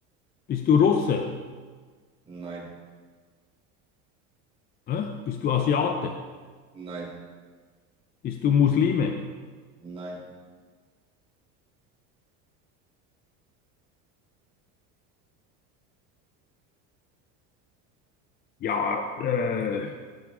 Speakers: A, on the left; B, on the right.
A: Bist du Russe?
B: Nein.
A: Hä? Bist du Asiate?
B: Nein.
A: Bist du Muslime?
B: Nein.
A: Ja, äh,